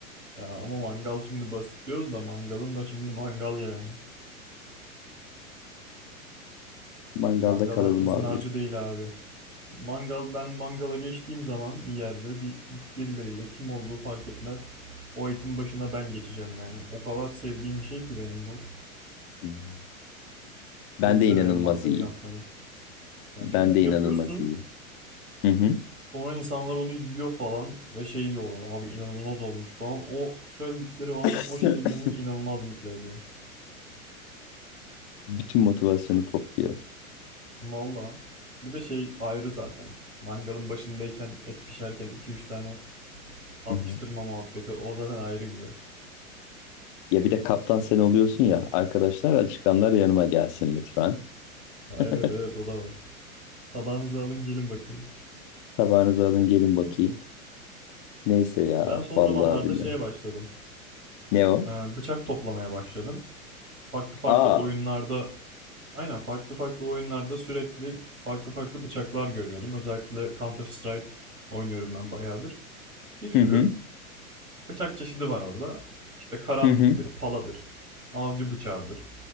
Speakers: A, on the right (about 85°); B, on the left (about 35°).
A: ya ama mangal şimdi basit diyoruz da mangalın da şimdi mangal yani.
B: Mangalda
A: Mangal
B: kalalım
A: herkesin
B: abi
A: harcı
B: biz.
A: değil abi. Mangal ben mangala geçtiğim zaman bir yerde bir, bir- birileriyle kim olduğu fark etmez. O etin başına ben geçeceğim yani. O kadar sevdiğim bir şey ki benim bu.
B: Hmm. Ben
A: Çok
B: de
A: severim
B: inanılmaz
A: mangalı
B: iyiyim.
A: yapmayı. Ya
B: Ben
A: çünkü
B: de
A: yapıyorsun
B: inanılmaz iyiyim. Hı hı.
A: sonra insanlar onu yiyor falan ve şey diyorlar abi inanılmaz olmuş falan. O söyledikleri o an
B: <laughs>
A: o şey beni inanılmaz mutlu ediyor.
B: Bütün motivasyonu topluyor.
A: Valla. Bir de şey ayrı zaten. Mangalın başındayken et pişerken iki üç tane atıştırma
B: Hı hı.
A: muhabbeti o zaten ayrı güzel.
B: Ya bir de kaptan sen oluyorsun ya. Arkadaşlar açıkanlar yanıma gelsin lütfen.
A: Ha,
B: <laughs>
A: evet evet o da var. Tabağınızı alın gelin bakayım.
B: Tabağınızı alın gelin bakayım. Neyse ya
A: E, Ben son
B: vallahi
A: zamanlarda
B: billahi.
A: şeye başladım.
B: Ne o?
A: E, Bıçak toplamaya başladım. Farklı farklı
B: Aa.
A: oyunlarda, aynen farklı farklı oyunlarda sürekli farklı farklı bıçaklar görüyordum. Özellikle Counter Strike oynuyorum ben bayağıdır. Bir sürü
B: Hı hı.
A: bıçak çeşidi var orada. İşte karambittir,
B: Hı hı.
A: paladır, avcı bıçağıdır.